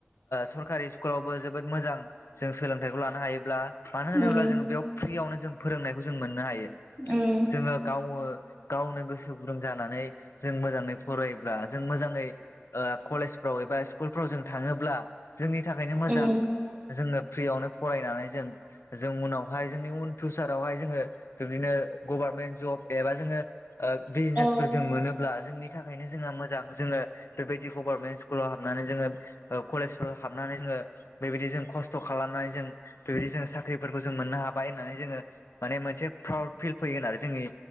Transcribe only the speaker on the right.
उम
उम
उम
ओ